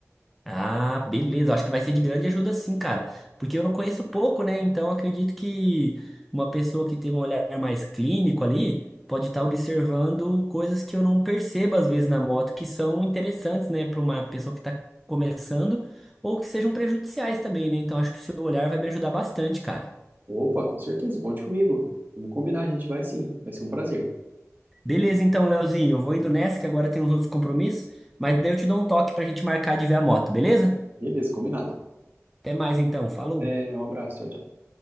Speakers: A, in the centre; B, on the right (about 40°).
A: Ah, beleza. Acho que vai ser de grande ajuda sim, cara. Porque eu não conheço pouco, né? Então acredito que uma pessoa que tem um olhar mais clínico ali pode estar observando coisas que eu não percebo às vezes na moto, que são interessantes, né, para uma pessoa que está começando ou que sejam prejudiciais também, né? Então acho que o seu olhar vai me ajudar bastante, cara.
B: Opa, com certeza, conte comigo. Vamos combinar, a gente vai sim. Vai ser um prazer.
A: Beleza, então, Leozinho, eu vou indo nessa que agora tem uns outros compromissos, mas daí eu te dou um toque pra gente marcar de ver a moto, beleza?
B: Beleza, combinado.
A: Até mais então, falou.
B: Até, um abraço. Tchau, tchau.